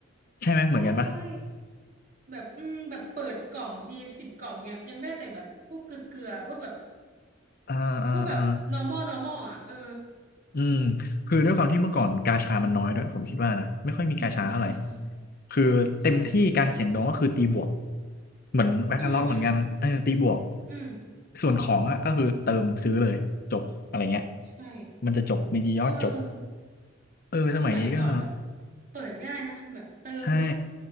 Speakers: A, on the left; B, on the right.
A: ใช่ไหมเหมือนกันปะ
B: ใช่ใช่แบบอืมแบบเปิดกล่องทีสิบกล่องเนี่ยยังได้แต่แบบพวกเกลือๆพวกแบบ
A: อ่าอ่าอ่า
B: พวกแบบ normal normal อ่ะเออ
A: อืมคือด้วยความที่เมื่อก่อนกาชามันน้อยด้วยผมคิดว่านะไม่ค่อยมีกาชาเท่าไหร่
B: อืมใช่ใช่
A: คือเต็มที่การเสี่ยงดวงก็คือตีบวก
B: ใช่
A: เหมือนแบงค์ล็อกเหมือนกันเออตีบวก
B: อืมอืมอืม
A: ส่วนของอ่ะก็คือเติมซื้อเลยจบอะไรเงี้ย
B: ใช่
A: มันจะจบมีกี่ยอดจบ
B: เออ
A: เออสมัยนี้ก็
B: สมัยก่อนแบบเปิดง่ายนะแบบเติมปุ๊บ
A: ใช่